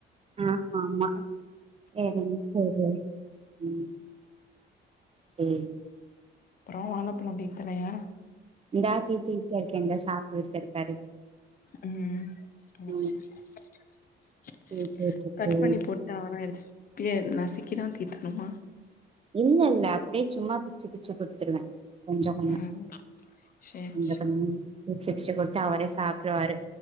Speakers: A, on the right (about 30°); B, on the left (about 45°).
A: ஆம்மாம்மா என்னங் <unintelligible> ம் சேர்
B: அப்பறோ வாழப்பழோ டீப் தலையா
A: இந்தா தீத்தி <unintelligible> இருக்க இந்தா சாப்ட்டுட்டு தா இருக்காரு
B: ம் அது
A: ம்
B: <inaudible>
A: தீத்திவுட்டுட்டு
B: கட் பண்ணி போட் டாங்ன்னா எடுத் ஏன் நசிக்கி தா தீட்டணுமா
A: இல்லல்ல அப்படியே சும்மா பிச்சு பிச்சு குத்துருவே செஞ்ச உன்ன
B: ம்
A: <inaudible>
B: சேர் சே
A: பிச்சு பிச்சு குடுத்தா அவரே சாப்ட்ருவாரு